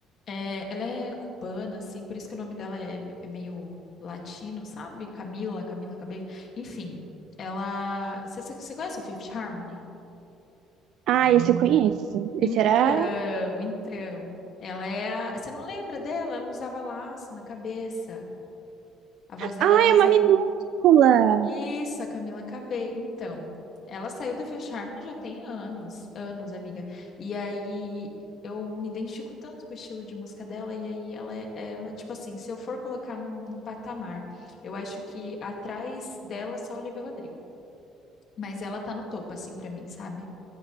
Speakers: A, on the left; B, on the right.
A: É, ela é cubana, assim, por isso que o nome dela é, é meio latino, sabe? Camila, Camila Cabello. Enfim, ela. Você você- você conhece o Fifth Harmony?
B: Ah, esse eu conheço. Esse
A: Então,
B: era.
A: então, ela é a... Você não lembra dela? Ela usava laço na cabeça. A voz dela
B: Ah,
A: era mais
B: é uma
A: aguda.
B: minúscula!
A: Isso, a Camila Cabello. Então, ela saiu do Fifth Harmony já tem anos, anos, amiga. E aí eu me identifico tanto com o estilo de música dela, e aí ela, é- ela tipo assim, se eu for colocar num, num patamar, eu acho que atrás dela só Olivia Rodrigo. Mas ela tá no topo, assim, pra mim, sabe?